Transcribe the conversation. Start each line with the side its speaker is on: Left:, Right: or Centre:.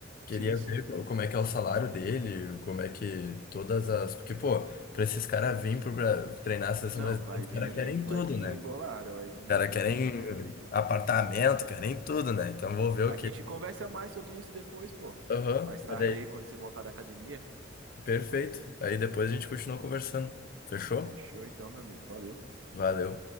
Left: Queria
Right: Sim, sim.
Left: ver co- como é que é o salário dele, como é que todas as. Porque, pô, pra esses caras virem pro Bra- treinar a seleção
Right: Não,
Left: brasileira,
Right: vai
Left: os
Right: vir,
Left: caras querem
Right: vai
Left: tudo,
Right: vir
Left: né?
Right: bolada, vai vir
Left: Cara, querem
Right: muita grana aí.
Left: apartamento, querem tudo, né? Então vou ver o
Right: A
Left: que.
Right: gente conversa mais sobre isso depois, pô.
Left: Aham,
Right: Mais tarde
Left: olha aí.
Right: aí, quando você voltar da academia.
Left: Perfeito. Aí depois a gente continua conversando. Fechou?
Right: Fechou então, meu amigo. Valeu.
Left: Valeu.